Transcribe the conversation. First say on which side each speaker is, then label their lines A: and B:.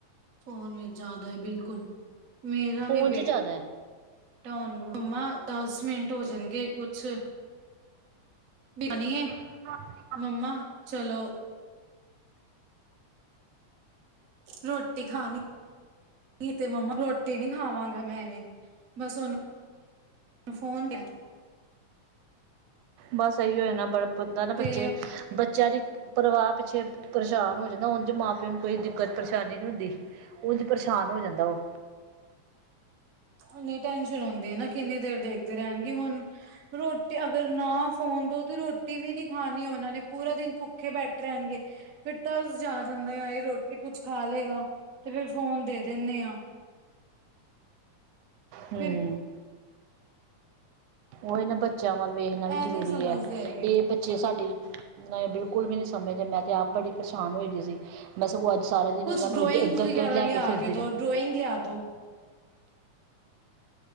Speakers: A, on the right (about 45°); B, on the right (about 80°).
A: ਫੋਨ ਵੀ ਜ਼ਿਆਦਾ ਏ ਬਿਲਕੁਲ ਮੇਰਾ
B: ਫੋਨ
A: ਵੀ
B: 'ਚ
A: ਬੇਟਾ
B: ਜ਼ਿਆਦਾ ਹੈ
A: ਤੁਹਾਨੂੰ ਮੰਮਾ ਦਸ ਮਿੰਟ ਹੋ ਜਾਣਗੇ ਕੁਛ ਬਣੀਏ।
B: <unintelligible>
A: ਮੰਮਾ ਚਲੋ। ਰੋਟੀ ਖਾਣੀ ਕੀ ਤੇ ਮੰਮਾ ਰੋਟੀ ਨੀ ਖਾਵਾਂਗਾ ਮੈਂ ਐਵੇਂ ਬਸ ਉਹਨੂੰ ਫੋਨ ਲੈ
B: ਬਸ ਇਹੀ ਹੋ ਜਾਣਾ ਬੜ ਬੰਦਾ ਨਾ
A: ਤੇ
B: ਬੱਚੇ ਬੱਚਿਆਂ ਦੀ ਪਰਵਾਹ ਪਿੱਛੇ ਪਰੇਸ਼ਾਨ ਹੋ ਜਾਂਦਾ ਉਜ ਮਾਂ ਪਿਓ ਨੂੰ ਕੋਈ ਦਿੱਕਤ ਪਰੇਸ਼ਾਨੀ ਨੀ ਹੁੰਦੀ। ਉਝ ਪ੍ਰੇਸ਼ਾਨ ਹੋ ਜਾਂਦਾ ਉਹ
A: ਏਨੀ ਟੈਨਸ਼ਨ ਹੁੰਦੀ ਏ ਨਾ ਕਿੰਨੀ ਦੇਰ ਦੇਖਦੇ ਰਹਿਣਗੇ ਹੁਣ ਰੋਟੀ ਅਗਰ ਨਾ ਫੋਨ ਦੋ ਤੇ ਰੋਟੀ ਵੀ ਨੀ ਖਾਣੀ ਉਹਨਾਂ ਨੇ ਪੂਰਾ ਦਿਨ ਭੁੱਖੇ ਬੈਠੇ ਰਹਿਣਗੇ ਫਿਰ ਤਾਂ ਜਾ ਜਾਂਦਾ ਰੋਟੀ ਕੁੱਛ ਖਾ ਲਏਗਾ ਤੇ ਫਿਰ ਫੋਨ ਦੇ ਦਿੰਨੇ ਆ
B: ਹਮ।
A: ਫਿਰ
B: ਉਹੀ ਨਾ ਬੱਚਿਆਂ ਵੱਲ ਵੇਖਣਾ ਵੀ
A: ਇਹ
B: ਜ਼ਰੂਰੀ
A: ਨਹੀਂ ਸਮਝਦੇ
B: ਆ
A: ਹੈਗੇ
B: ਇਹ ਬੱਚ ਜੇ ਸਾਡੀ ਬਿਲਕੁਲ ਵੀ ਨੀ ਸਮਝਦੇ ਮੈਂ ਤੇ ਆਪ ਬੜੀ ਪਰੇਸ਼ਾਨ ਹੋਈ ਸੀ ਮੈਂ ਸਗੋਂ ਅੱਜ ਸਾਰਾ ਦਿਨ
A: ਕੁਛ
B: ਇਹਨਾਂ ਨੂੰ
A: ਡਰੋਇੰਗਸ
B: ਇੱਧਰ
A: ਵਗੈਰਾ
B: -ਉੱਧਰ ਲੈ
A: ਲਿਆ
B: ਕੇ ਫਿਰਦੀ ਰਹੀ।
A: ਦੋ ਡਰੋਇੰਗ ਲਿਆ ਦਿਉ।